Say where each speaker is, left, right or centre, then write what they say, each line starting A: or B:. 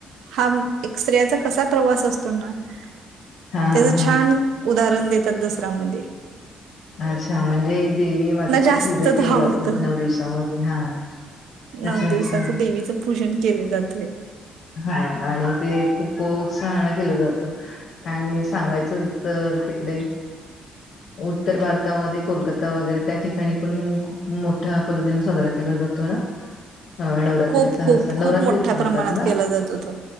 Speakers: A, on the right; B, on the left.
A: हा एक स्त्रियाचा कसा प्रवास अस त्याच
B: हा हा हा
A: छान उदाहरण देतात दसऱ्यामध्ये.
B: अच्छा म्हणजे देवी मातेच
A: जास्त
B: पूजा केली
A: तो
B: जाते
A: आवडतो
B: नऊ दिवसामध्ये हा अच्छा
A: नऊ
B: अच्छा
A: दिवसाचं देवीच पूजन केले जातय.
B: हा आणि ते खूप उ उत्साहाने केलं जात आणि सांगायचं तर तिकडे उत्तर भारतामध्ये कोलकाता वगैरे त्या ठिकाणी पण खूप मोठ्या पद्धतीने साजरा केला. जातो ना नवरात्रीच
A: खूप
B: हा
A: खूप
B: नवरात्रीच
A: खूप मोठ्या
B: म्हणतात
A: प्रमाणात
B: ना?
A: केला जातो.